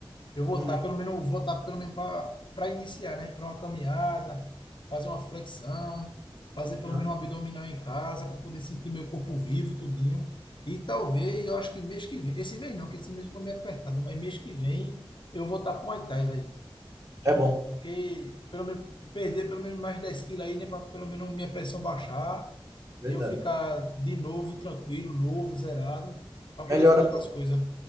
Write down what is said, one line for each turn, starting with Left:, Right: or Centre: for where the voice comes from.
Left: Eu votar,
Right: Uhum,
Left: pelo menos, eu votar pelo menos para iniciar, né? Para uma caminhada, fazer uma flexão, fazer pelo
Right: uhum.
Left: menos um abdominal em casa, para poder sentir meu corpo vivo, tudinho. E talvez, eu acho que mês que vem, esse mês não, que esse mês eu tô meio apertado, mas mês que vem eu vou estar pro Muay Thai, velho.
Right: É bom,
Left: Porque pelo menos perder pelo menos mais 10 quilos aí, né? Para pelo menos minha pressão baixar
Right: verdade.
Left: e eu ficar de novo tranquilo, novo, zerado, para poder
Right: Melhora
Left: fazer outras coisas.